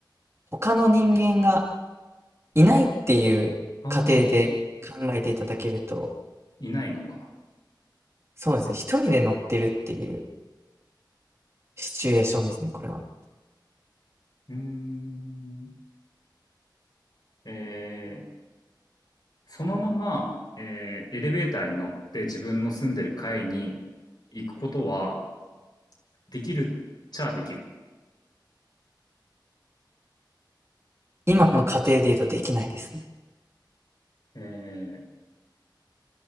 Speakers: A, on the right; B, on the left.
A: 他の人間がいないっていう仮定で考えていただけると、
B: ああ、いないのか。
A: そうですね、一人で乗ってるっていうシチュエーションですね、これは。
B: うーん。えー、そのまま、えー、エレベーターに乗って自分の住んでる階に行くことはできるっちゃできる。
A: 今の仮定で言うとできないですね。
B: えー、